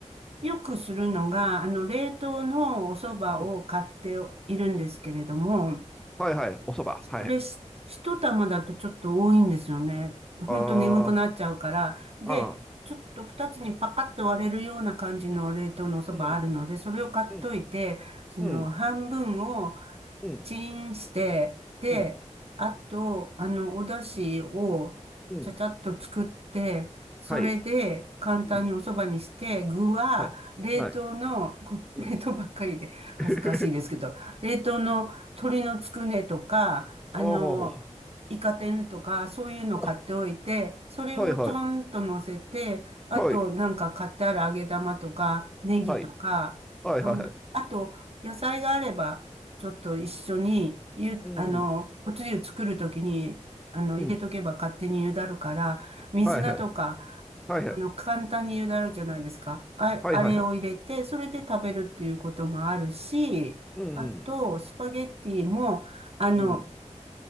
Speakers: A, on the right; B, in the centre.
A: よくするのが、あの、冷凍のお蕎麦を買っているんですけれども、
B: うん。はい、はい。お蕎麦。
A: それし、
B: はい。
A: 一玉だとちょっと多いんですよね。ほんと眠くなっちゃうから。
B: あ
A: で、
B: あ、ああ。
A: ちょっと二つにパカッと割れるような感じの冷凍のお蕎麦あるので、
B: うん。
A: それを買っといて、
B: うん。
A: その半分を
B: うん。うん。
A: チンして、で、
B: うん。
A: あと、あの、お出汁をちゃちゃっと作って、
B: うん。
A: それで簡単にお蕎麦にして、
B: はい。うん。
A: 具は冷凍の、
B: はい。はい。
A: <laughs> こ冷凍ばっかりで恥ずかしいですけど、
B: うん。<laughs>
A: 冷凍の鶏のつくねとか、あの、
B: お
A: イカ天とか、そういうの買っておいて、
B: お。
A: それをちょんと乗せて、
B: はいはい。
A: あと、
B: はい。
A: なんか買ってある揚げ玉とか、ネギとか、
B: はい。はいはいはい。
A: そんな、あと、野菜があれば、ちょっと一緒に、ゆ、
B: うん。
A: あの、おつゆ作るときに、あの、
B: うん。
A: 入れとけば勝手に茹だるから、水菜とか、
B: はいはい。はいはい。
A: あの、簡単に茹だるじゃないですか。あ、
B: はいはいはい。
A: あれを入れて、それで食べるっていうこともあるし、
B: うん。
A: あと、スパゲッティも、あの、
B: うん。